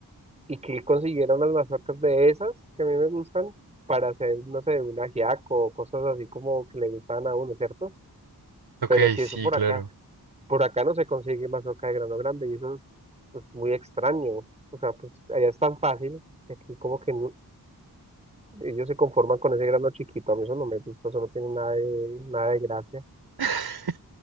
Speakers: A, on the right; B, on the right.
A: y que consiguiera unas mazorcas de esas que a mí me gustan para hacer, no sé, un ajiaco o cosas así como que le gustan a uno, ¿cierto?
B: Ok,
A: Pero si
B: sí,
A: eso por
B: claro.
A: acá, por acá no se consigue mazorca de grano grande y eso es pues, muy extraño. O sea, pues allá es tan fácil, que aquí como que no- ellos se conforman con ese grano chiquito, a mí eso no me gusta, eso no tiene nada de, nada de gracia.
B: <laughs>